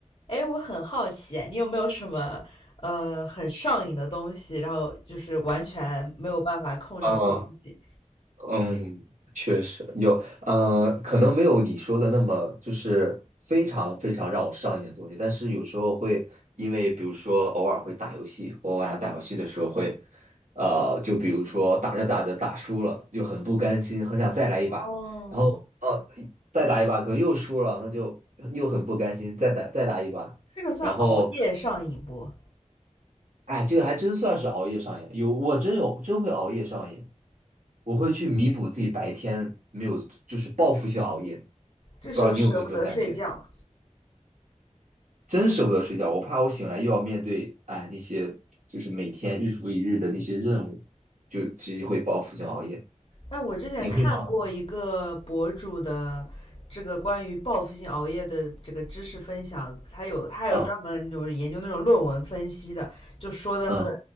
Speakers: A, on the left; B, on the right.
A: 哎，我很好奇，你有没有什么呃很上瘾的东西，然后就是完全没有办法控制住自己？
B: 嗯嗯，确实有，呃，可能没有你说的那么就是非常非常让我上瘾的东西，但是有时候会因为，比如说偶尔会打游戏，我晚上打游戏的时候会，呃，就比如说打着打着打输了，就很不甘心，很想再来一把，
A: 哦，
B: 然后呃再打一把可能又输了，那就又很不甘心，再打再打一把，
A: 这个算熬夜上瘾不？
B: 然后哎，这个还真算是熬夜上瘾，有我真有真会熬夜上瘾。我会去弥补自己白天没有，就是报复性熬夜。不知道你有没有这种感觉？
A: 这时候舍不得睡觉。
B: 真舍不得睡觉，我怕我醒来又要面对，哎，那些就是每天日复一日的那些任务，就直接会报复性熬夜。
A: 哎，我之前看过一个博主的这个关于报复性熬夜的这个知识分享，
B: 你会吗？
A: 他有他还有专门就是研究那种论文分析的，
B: 嗯
A: 就说的很
B: 嗯